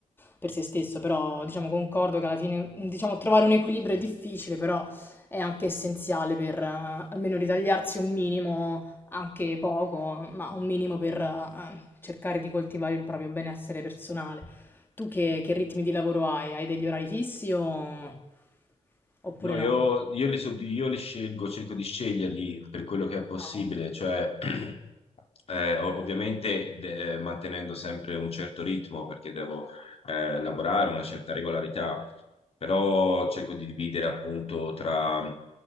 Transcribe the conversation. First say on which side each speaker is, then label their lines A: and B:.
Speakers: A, on the left (about 15°); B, on the left (about 50°).
A: per se stesso. Però, diciamo, concordo che alla fine, diciamo, trovare un equilibrio è difficile, però è anche essenziale per eh, almeno ritagliarsi un minimo anche poco, ma un minimo per eh, cercare di coltivare il proprio benessere personale. Tu che, che ritmi di lavoro hai? Hai degli orari fissi o... oppure
B: No,
A: no?
B: io, io li, so- io li scelgo, cerco di sceglierli per quello che è possibile,
A: Ah, ok.
B: cioè <clears throat> eh, ov- ovviamente de- eh, mantenendo sempre un certo ritmo perché devo eh, lavorare, una certa regolarità, però cerco di dividere appunto tra